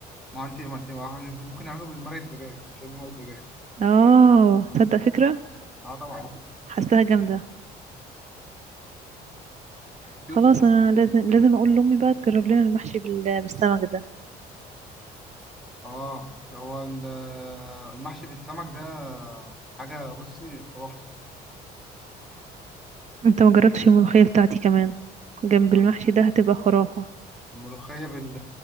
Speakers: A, in the centre; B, on the right.
A: ما انت ما انت ما هن- ممكن نعمله بالمرق الدجاج شرب مرق الدجاج
B: اه تصدق فكره
A: اه طبعا وفي
B: حاساها جامده
A: وفي
B: خلاص انا لازم لازم اقول لامي بقى تجرب لنا المحشي بال- بالسمك ده
A: اه هو ال- المحشي بالسمك ده حاجه بصي خرافه
B: انت ما جربتش الملوخيه بتاعتي كمان جنب المحشي
A: يعني
B: ده هتبقى خرافه
A: الملوخيه بال